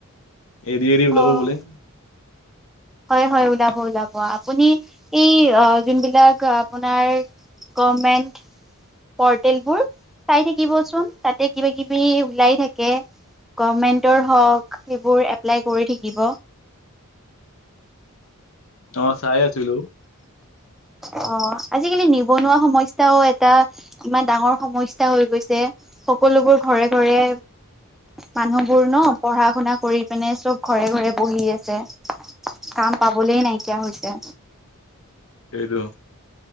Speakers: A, on the left; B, in the centre.
A: এদি আৰি ওলাব
B: অ',
A: বুলে।
B: হয় হয় ওলাব ওলাব আপুনি এই যোনবিলাক আপোনাৰ। গমেণ্ট পৰ্টেল বোৰ চাই থাকিবচোন তাতে কিবা কিবি ওলাই থাকে। গমেণ্টৰ হওক সেইবোৰ এপ্লাই কৰি থাকিব।
A: অ চাই আছিলো।
B: অ আজিকালি নিবনুৱা সমস্যাও এটা ইমান ডাঙৰ সমস্যা হৈ গৈছে। সকলোবোৰ ঘৰে ঘৰে মানুহবোৰ ন পঢ়া শুনা কৰি পিনে চব ঘৰে ঘৰে বহি আছে কাম পাবলৈ নাইকিয়া হৈছে
A: এইটো